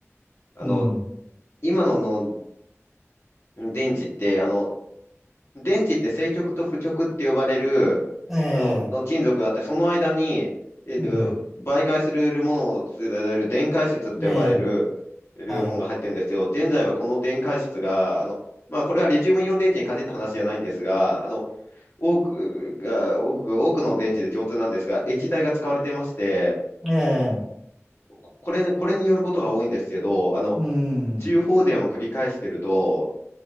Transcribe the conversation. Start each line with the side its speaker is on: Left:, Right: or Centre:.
Left: あの、
Centre: うん。
Left: 今の、の電池って、あの、電池って正極と負極って呼ばれる、
Centre: ええ。
Left: あの、の金属があって、その間に、えー媒介するものを伝える電解質って呼ばれる、
Centre: うん。ええ。
Left: えーものが入ってるんですよ。
Centre: はい。
Left: 現在はこの電解質が、あの、まあ、これはリチウムイオン電池に限った話じゃないんですが、あの、多くが、多く、多くの電池で共通なんですが、液体が使われてまして、
Centre: ええ。
Left: ここれ、これによることが多いんですけど、あの、
Centre: うん。
Left: 重放電を繰り返してると、